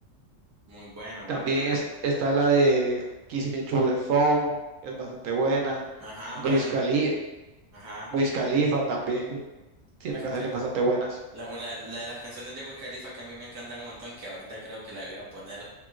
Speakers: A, on the right; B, on the right.
A: muy buena, muy,
B: También es- está la de Kiss Me Through the Phone, es bastante buena.
A: ajá,
B: Wiz
A: bueno.
B: Khali-
A: Ajá.
B: Wiz Khalifa también tiene
A: Wiz
B: canciones
A: Khalifa,
B: bastante buenas.
A: La, o la, la de las canciones de Wiz Khalifa que a mí me encantan un montón, que ahorita creo que la voy a ir a poner